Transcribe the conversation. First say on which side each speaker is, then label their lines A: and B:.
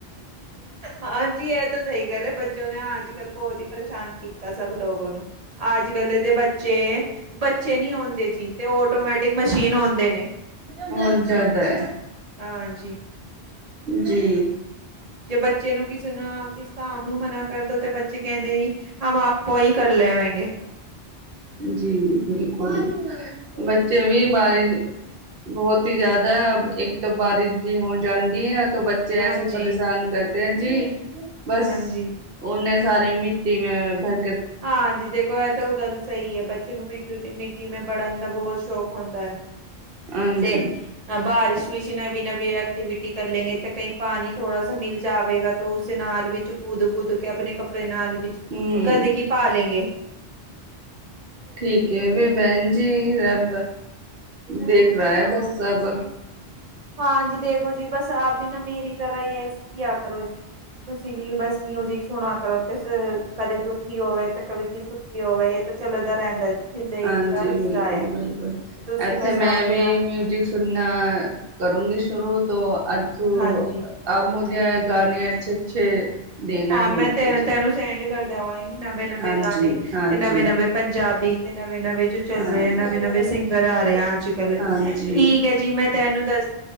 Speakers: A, on the right; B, on the right.
A: ਹਾਂਜੀ ਇਹ ਤਾਂ ਸਹੀ ਗੱਲ ਐ ਬਚੋਂ ਨੇ ਅੱ- ਕੱਲ੍ਹ ਬਹੁਤ ਹੀ ਪਰੇਸ਼ਾਨ ਕੀਤਾ ਸਭ ਲੋਗੋ ਨੂੰ ਅੱਜ-ਕੱਲ ਦੇ ਬੱਚੇ-ਬੱਚੇ ਨੀ ਹੁੰਦੇ ਜੀਏ ਆਟੋਮੈਟਿਕ ਮਸ਼ੀਨ ਹੁੰਦੇ ਨੇ।
B: ਬੋਤ ਜਿਆਦਾ ਐ।
A: ਆਜੀ
B: ਜੀ
A: ਜੇ ਬੱਚੇ ਨੂੰ ਕੀ ਸੁਣਾਓ ਕੀ ਇਸ ਕਾਮ ਨੂੰ ਮਨਾ ਕਰਦੋ ਤੇ ਬੱਚੇ ਕਹਿੰਦੇ ਨੀ ਹਮ ਆਪੇ ਹੀ ਕਰ ਲੈਵੇਂਗੇ
B: ਜੀ ਬਿਲਕੁਲ, ਬੱਚੇ ਵੀ ਬਾਰ ਬੋਤ ਈ ਜ਼ਿਆਦਾ ਏਕ ਤੋ ਬਾਰਿਸ਼ ਜੀ ਹੋ ਜਾਂਦੀ ਐ ਤੋ ਬਚ ਬੱਚੇ ਐਸੇ
A: ਹਾਂਜੀ
B: ਪਰੇਸ਼ਾਨ ਕਰਤੇ ਐ ਜੀ ਬਸ
A: ਹਾਂਜੀ
B: ਉਨੇ ਸਾਰੇ ਮਿੱਟੀ ਮੈ ਬ
A: ਹਾਂਜੀ ਦੇਖੋ ਇਹ ਤਾਂ ਉਹ ਗੱਲ ਸਹੀ ਹੈ ਬੱਚੇ ਨੂੰ ਮ ਮਿੱਟੀ ਮੈਂ ਬੜਨ ਦਵੋ ਸ਼ੌਕ ਹੁੰਦਾ ਹੈ
B: ਹਾਂਜੀ
A: ਤੇ ਅ ਬਾਰਿਸ਼ ਵਿੱਸ਼ ਨਵੀਂ ਨਵੀਂ ਐਕਟੀਵਿਟੀ ਕਰ ਲੈਂਗੇ ਤਾਂ ਕਈ ਪਾਣੀ ਥੋੜ੍ਹਾ ਸ ਮਿਲ ਜਾਵੇਗਾ ਤਾਂ ਉਸ ਨਾਲ ਵਿੱਚ ਕੂਦ ਕੂਦ ਕੇ ਆਪਣੇ ਕਪੜੇ ਆਪਣੇ ਨਾਲ ਵਿੱਚ
B: ਹੂੰ
A: ਗੰਦਗੀ ਪਾ ਲੈਂਗੇ
B: ਠੀਕ ਹੈ ਵੀ ਭੈਣ ਜੀ ਰਬ ਦੇਖ ਰਿਹਾ ਹੈ ਬਸ ਸਭ
A: ਹਾਂਜੀ ਦੇਖੋ ਜੀ ਬਸ ਆਪ ਵੀ ਨਾ ਮੇਰੀ ਤਰ੍ਹਾਂ ਹੀ ਐਸੀ ਕੀ ਆ ਕਰੋ ਜੀ ਤੁਸੀਂ ਵੀ ਬਸ ਮਿਊਜਿਕ ਸੁਣਾ ਕਰੋ ਤੇ ਕਦੇ ਦੁਖੀ ਹੋਵੇ ਤੇ ਕਦੇ ਸੁਖੀ ਹੋਵੇ ਇਹ ਤਾਂ ਚੱਲਦਾ ਰਹਿੰਦਾ ਜੀ ਜ਼ਿੰਦਗੀ
B: ਹਾਂਜੀ
A: ਦਾ ਹਿੱਸਾ
B: ਬਿਲਕੁਲ
A: ਹੈ
B: ਬਿਲਕੁਲ
A: ਤੁਸੀਂ
B: ਇੱਥੇ
A: ਬਸ ਆਪ
B: ਮੈਂ ਵੀ
A: ਹਾਂਜੀ
B: ਮਿਊਜਿਕ ਸੁਣਨਾ ਕਰੂੰਗੀ ਸ਼ੁਰੂ ਤੋਂ ਅਰਥੂ
A: ਹਾਂ ਜੀ,
B: ਅ ਮੁਝੇ ਗਾਣੇ ਅੱਛੇ ਅੱਛੇ ਦੇਣਾ
A: ਹਾਂ
B: ਢੂੰਢ
A: ਮੈਂ ਤੇ
B: ਕੇ ਜੀ
A: ਤੈਨੂੰ ਸੈਂਡ ਕਰ ਦੇਵਾਂਗੀ ਨਵੇਂ ਨਵੇਂ
B: ਹਾਂਜੀ
A: ਗਾਣੇ
B: ਹਾਂਜੀ
A: ਤੇ ਨਵੇਂ ਨਵੇਂ ਪੰਜਾਬੀ ਤੇ ਨਵੇਂ ਨਵੇਂ ਜੋ ਚੱਲ
B: ਹਾਂਜੀ
A: ਰਹੇ ਆ ਨਵੇਂ ਨਵੇਂ ਸਿੰਗਰ ਆ ਰਹੇ ਆ ਅੱਜ ਕੱਲ
B: ਹਾਂਜੀ
A: ਠੀਕ ਹੈ ਜੀ ਮੈਂ ਤੈਨੂੰ ਦੱਸ